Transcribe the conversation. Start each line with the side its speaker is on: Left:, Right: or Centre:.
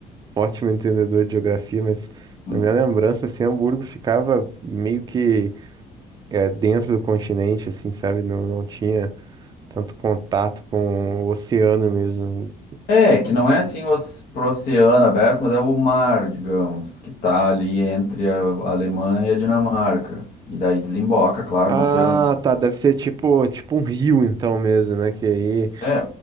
Right: ótimo entendedor de geografia, mas
Left: Hum.
Right: na minha lembrança, assim, Hamburgo ficava meio que é, dentro do continente, assim, sabe? Não, não tinha tanto contato com o oceano mesmo.
Left: É, que não é assim o oce- pro oceano aberto, mas é o mar, digamos, que tá ali entre a a Alemanha e a Dinamarca. E daí desemboca, claro,
Right: Ah,
Left: no oceano.
Right: tá, deve ser tipo, tipo um rio, então mesmo, né? Que aí.
Left: É,